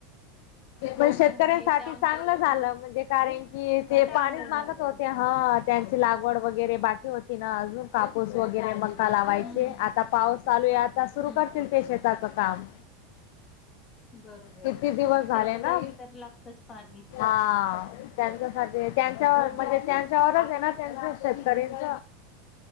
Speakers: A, on the left; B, on the left.
A: हा
B: पण शेतकऱ्यांसाठी
A: ना नाही ते आमचं
B: चांगलं झालं
A: पण
B: म्हणजे कारण की ते
A: चांगलं
B: पाणीच
A: झालं
B: मागत
A: हम्म
B: होते हा त्यांची लागवड वगैरे बाकी होती ना अजून कापूस वगैरे मग का लावायचे
A: हम्म
B: आता पाऊस चालू आहे आता सुरू
A: हम्म
B: करतील ते शेताच काम
A: बर बर
B: किती दिवस
A: आणि
B: झाले
A: शेतासाठी
B: ना
A: तर लागतच पाणी
B: हा त्यांच्यासाठी त्यांच
A: बर
B: म्हणजे त्यां च्यावरच आहे ना त्यांचं शेतकरींच